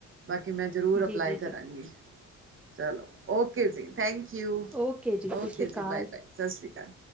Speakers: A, on the right (about 40°); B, in the centre.
A: ਬਾਕੀ ਮੈਂ ਜ਼ਰੂਰ
B: ਜੀ
A: ਅਪਲਾਏ
B: ਜੀ
A: ਕਰਾਂਗੀ
B: ਜੀ
A: ਚਲੋ ਓਕੇ ਜੀ, ਥੈਂਕ ਯੂ,
B: ਓਕੇ ਜੀ ਸਤਿ
A: ਓਕੇ
B: ਸ਼੍ਰੀ
A: ਜੀ,
B: ਅਕਾਲ
A: ਬਾਏ-ਬਾਏ ਸਾਸ ਸ਼੍ਰੀ ਕਾਲ